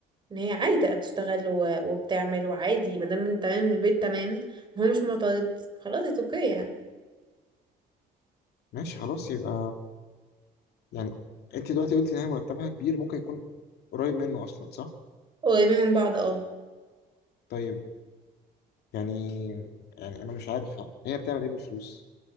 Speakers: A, on the right; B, on the left.
A: ان هي عادي تبقى بتشتغل و- وبتعمل وعادي ما دام انت تمام من البيت تمام هو مش معترض خلاص اتس اوكي يعني
B: ماشي خلاص يبقى يعني انت دلوقتي قلت ان هي مرتبها كبير ممكن يكون قريب منه اصلا صح
A: قريبين من بعض اه
B: طيب يعني يعني انا مش عارف هي بتعمل ايه بالفلوس